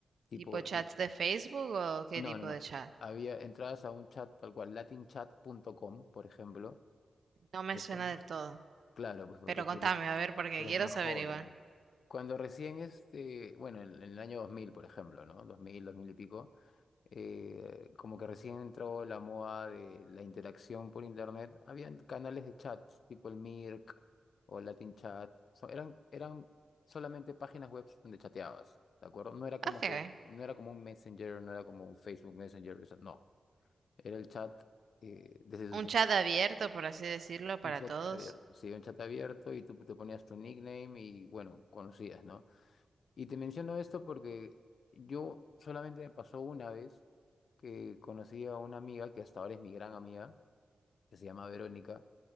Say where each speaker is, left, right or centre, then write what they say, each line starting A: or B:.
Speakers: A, on the left; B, on the right.
A: tipo.
B: ¿Tipo chats de Facebook o qué
A: No,
B: tipo
A: no, no.
B: de chat?
A: Había entradas a un chat tal cual, latinchat.com, por ejemplo.
B: No me
A: Eso.
B: suena
A: ¿no?
B: del todo.
A: Claro, pues porque
B: Pero contame,
A: tú eres,
B: a ver, porque
A: tú eres
B: quiero
A: más
B: saber
A: joven.
B: igual.
A: Cuando recién este, bueno, en, en el año 2000, por ejemplo, ¿no? 2000, 2000 y pico, eh, como que recién entró la moda de la interacción por internet, habían canales de chat, tipo el Mirk o Latin Chat, so- eran, eran solamente páginas web donde chateabas, ¿de acuerdo? No era como
B: Ok.
A: que, no era como un Messenger, no era como un Facebook Messenger, eso no, era el chat eh, desde sus
B: Un chat abierto, por así decirlo, para
A: un chat
B: todos.
A: abierto, sí, un chat abierto y tú te ponías tu nickname y bueno, conocías, ¿no? Y te menciono esto porque yo solamente me pasó una vez que conocí a una amiga que hasta ahora es mi gran amiga, que se llama Verónica,